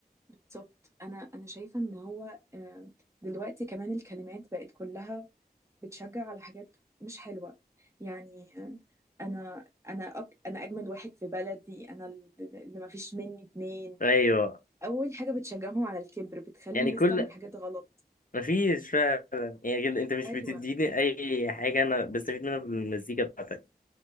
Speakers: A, on the right; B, on the left.
A: بالظبط انا انا شايفه ان هو آه، دلوقتي كمان الكلمات بقت كلها بتشجع على حاجات مش حلوه يعني آه، انا انا أك... انا اجمد واحد في بلدي انا اللي ما فيش مني اتنين
B: ايوه
A: اول حاجه بتشجعهم على الكبر بتخلي
B: يعني
A: الناس
B: كل
A: تعمل حاجات غلط
B: مفيش فعلا يعني كده انت مش
A: ايوه
B: بتديني اي حاجة انا بستفيد منها بالمزيكا بتاعتك